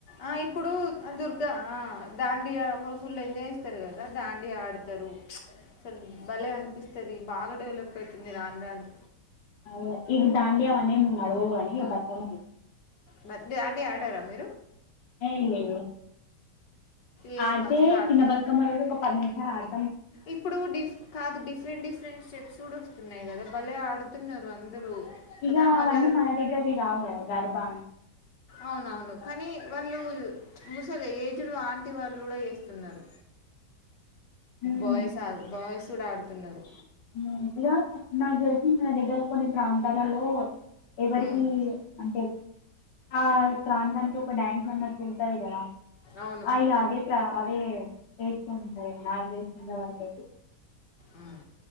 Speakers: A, on the left; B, on the left.
A: ఆ ఇప్పుడు దుర్గా ఆ దాండియా ఫుల్ ఎంజాయ్ చేస్తారు కదా దాండియా ఆడు తరు అసలు భలే అనిపిస్తది బాగా డెవలప్ అయితుంది రానురాను
B: అవును ఈ దాండియా అవన్ని ఏం నడువవు కాని ఇగా బతుకమ్మ
A: మ దాండియా ఆడారా మీరు
B: ఏ లే
A: ఏ
B: ఆడితే
A: మస్తు ఆడుతారు
B: చిన్న బతుకమ్మ రోజు ఒక పది నిమిషాలు ఆడు
A: ఇప్పుడు డిఫ కాదు డిఫరెంట్ డిఫరెంట్ స్టెప్స్ కూడా వస్తున్నాయి కదా భలే ఆడుతున్నారు అందరూ కదా
B: ఇగ
A: వాళ్ళ
B: అవన్నీ మన దగ్గరవి కావు గదా గర్భా
A: అవునవును కానీ వాళ్ళు ముసలి ఏజుడు ఆంటి వాళ్ళు కూడా చేస్ తున్నరు
B: ఉమ్,
A: బాయ్స్ ఆ బాయ్స్ కూడా ఆడుతున్నారు
B: ఉమ్ ఇగ నాకు తెలిసి మన దగ్గర కొన్ని ప్రాంతాల్లలో ఎవరికి
A: ఉమ్,
B: అంటే ఆ ప్రాంతానికి ఒక డ్యాన్స్ అన్నట్టు ఉంటది కదా
A: అవును
B: అయ్యా అదే ప్ర అదే ఏస్తు ఉంటారు నాకు తెలిసినంత వరకు అయితే
A: ఉమ్